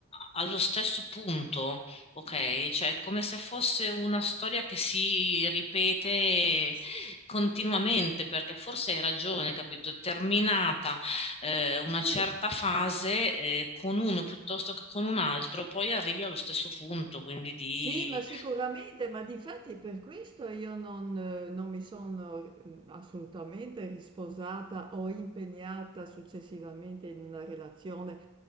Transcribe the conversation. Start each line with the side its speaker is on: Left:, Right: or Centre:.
Left: allo stesso punto, ok? Cioè, è come se fosse una storia che si ripete
Right: s- sì,
Left: continuamente,
Right: sì.
Left: perché forse hai ragione, capito? Terminata eh, una
Right: sì,
Left: certa fase eh, con uno piuttosto che con un altro, poi arrivi allo stesso punto, quindi di...
Right: Sì, ma sicuramente, ma difatti per questo io non, eh, non mi sono eh, assolutamente risposata o impegnata successivamente in una relazione